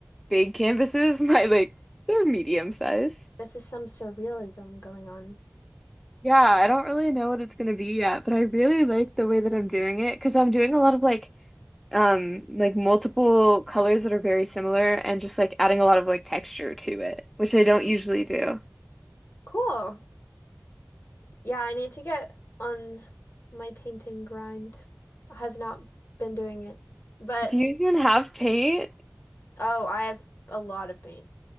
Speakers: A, in the centre; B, on the left.
A: big canvases, <laughs> my like they're medium size.
B: This is some surrealism going on.
A: Yeah, I don't really know what it's gonna be yet, but I really like the way that I'm doing it because I'm doing a lot of like um like multiple colors that are very similar and just like adding a lot of like texture to it, which I don't usually do.
B: Cool. Yeah, I need to get on my painting grind. I have not been doing it, but
A: Do you even have paint?
B: oh, I have a lot of paint.